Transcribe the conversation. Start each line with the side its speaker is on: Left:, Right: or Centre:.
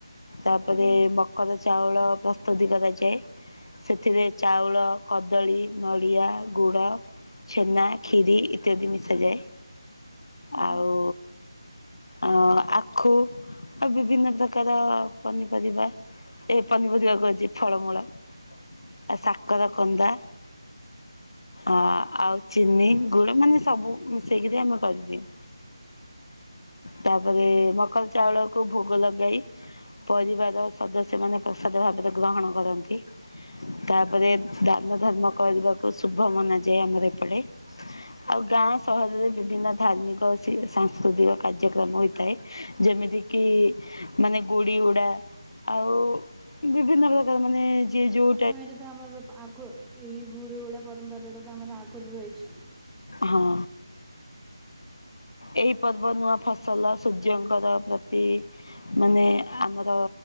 Left: ତାପରେ
Centre: ହୁଁ
Left: ମକର ଚାଉଳ ପ୍ରସ୍ତୁତି କରାଯାଏ। ସେଥିରେ ଚାଉଳ କଦଳୀ ନଡ଼ିଆ ଗୁଡ଼ ଛେନା ଖିରି ଇତ୍ୟାଦି ମିଶାଯାଏ
Centre: ହୁଁ
Left: ଆଉ ଆ ଆଖୁ ଆଉ ବିଭିନ୍ନ ପ୍ରକାର ପନିପରିବା ଏ ପନିପରିବା କହୁଚି ଫଳମୂଳ ଆଉ ସାକର କନ୍ଦା ଆ ଆଉ ଚିନି ଗୁଡ ମାନେ ସବୁ ମିଶେଇକିରି ଆମେ କରିଦୋଉ।
Centre: <unintelligible>
Left: ତାପରେ ମକର ଚାଉଳକୁ ଭୋଗ ଲଗାଇ ପରିବାର ସଦସ୍ୟମାନେ ପ୍ରସାଦ ଭାବରେ ଗ୍ରହଣ କରନ୍ତି ତାପରେ ଦାନ ଧର୍ମ କରିବାକୁ ଶୁଭ ମନାଯାଏ ଆମର ଏପଟେ।
Centre: <unintelligible>
Left: ଆଉ ଗାଁ ସହରରେ ବିଭିନ୍ନ ଧାର୍ମିକ ସାଂସ୍କୃତିକ କାର୍ଯ୍ୟକ୍ରମ ହୋଇଥାଏ। ଯେମିତି କିି ମାନେ ଗୁଡି ଉଡା ଆଉ ବିଭିନ୍ନ ପ୍ରକାର ମାନେ ଯିଏ ଯେଉଁ
Centre: ହଁ ଏଇଟା ତ ଆମର ଆଗ ଏଇ ଗୁଡ ଗୁଡା ପରମ୍ପରାଟା ତ ଆମର ଆଗରୁ ରହିଚି।
Left: ହଁ। ଏଇ ପର୍ବ ନୂଆ ଫସଲ ସୂର୍ଯ୍ୟଙ୍କର ପ୍ରତି ମାନେ ଆମର